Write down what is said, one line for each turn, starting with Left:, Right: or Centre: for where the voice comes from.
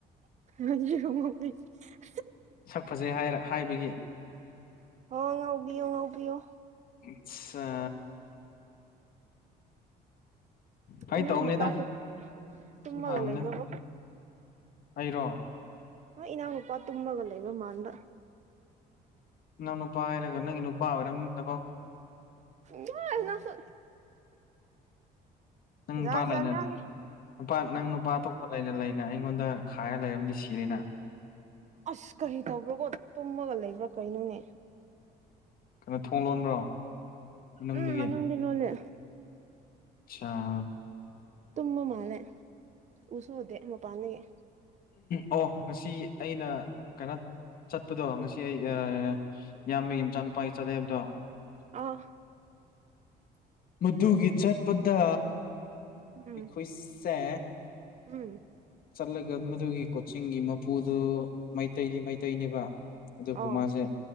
Right: <unintelligible>
Left: ꯁꯛ ꯐꯖꯩ ꯍꯥꯏꯔ ꯍꯥꯏꯕꯒꯤ
Right: ꯑꯣ ꯉꯥꯎꯕꯤꯌꯣ ꯉꯥꯎꯕꯤꯌꯣ
Left: ꯑꯆꯥ ꯐꯥꯒꯤ
Right: ꯏ ꯅꯥꯎ
Left: ꯇꯧꯕꯅꯤꯗ
Right: ꯅꯨꯄꯥꯁꯦ ꯇꯨꯝꯃꯒ
Left: ꯁꯨꯝ ꯍꯥꯡꯕꯅꯤꯗ
Right: ꯂꯩꯒꯔꯕ
Left: ꯑꯩꯔꯣ
Right: ꯏꯅꯥꯎ ꯅꯨꯄꯥ ꯇꯃꯒ ꯂꯩꯏꯕ ꯃꯥꯟꯕ
Left: ꯅꯥꯎ ꯅꯨꯄꯥ ꯍꯥꯏꯔꯒ ꯅꯪ ꯅꯨꯄꯥ ꯑꯣꯏꯔꯝꯅꯤꯅꯀꯣ
Right: ꯌꯥꯔ ꯅꯪꯁꯨ
Left: ꯅꯪ ꯅꯨꯄꯥ
Right: ꯖꯥꯠ
Left: ꯂꯩꯅ
Right: ꯖꯥꯠ ꯉꯥꯡꯉꯦ
Left: ꯅꯨꯄꯥ ꯅꯪ ꯅꯨꯄꯥ ꯑꯇꯣꯞꯄ ꯂꯩꯅ ꯂꯩꯅ ꯑꯩꯉꯣꯟꯗ ꯈꯥꯏ ꯂꯩꯔꯝꯗꯤ ꯁꯤꯔꯦꯅ
Right: ꯑꯁ ꯀꯔꯤ ꯇꯧꯕ꯭ꯔꯀꯣ ꯇꯨꯝꯃꯒ ꯂꯩꯕ꯭ꯔꯥ ꯀꯩꯅꯣꯅꯦ
Left: ꯀꯩꯅꯣ ꯊꯣꯡ ꯂꯣꯟꯕ꯭ꯔꯣ ꯃꯅꯨꯡꯗꯒꯤ
Right: ꯎꯝ ꯃꯅꯨꯡꯗ ꯂꯣꯂꯦ
Left: ꯁꯥ
Right: ꯇꯨꯝꯃ ꯃꯥꯂꯦ ꯎꯁꯨ ꯎꯗꯦ ꯃꯄꯥꯟꯅꯒꯤ
Left: ꯑꯣ ꯉꯁꯤ ꯑꯩꯅ ꯀꯩꯅꯣ ꯆꯠꯄꯗꯣ ꯉꯁꯤ ꯑꯩ ꯑ ꯏꯌꯥꯝꯕꯒꯤ ꯃꯆꯥꯅꯨꯄꯥꯒꯤ ꯆꯠꯂꯦꯕꯗꯣ
Right: ꯑ
Left: ꯃꯗꯨꯒꯤ ꯆꯠꯄꯗ
Right: ꯎꯝ
Left: ꯑꯩꯈꯣꯏꯁꯦ
Right: ꯎꯝ
Left: ꯆꯠꯂꯒ ꯃꯗꯨꯒꯤ ꯀꯣꯆꯤꯡꯒꯤ ꯃꯄꯨꯗꯨ ꯃꯩꯇꯩꯗꯤ ꯃꯩꯇꯩ ꯃꯩꯇꯩꯅꯦꯕ ꯑꯗꯨꯕꯨ
Right: ꯑꯥ
Left: ꯃꯥꯁꯦ